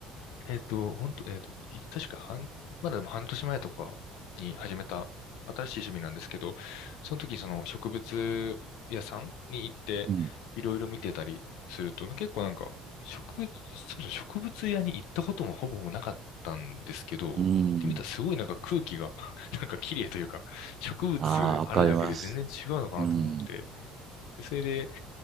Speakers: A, on the left; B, on the right.
A: えっと、本当えっと、い確か半、まだでも半年前とかに始めた新しい趣味なんですけど、その時にその植物屋さんに行っていろいろ見てたりすると、
B: うん。
A: 結構なんか植物、そもそも植物屋に行ったこともほぼなかったんですけど、行ってみたらすごいなんか空気が
B: うん。
A: <laughs> なんか綺麗というか、植物あるだけで全然違うのかなと思って、
B: ああ、わかります。うん。
A: でそれで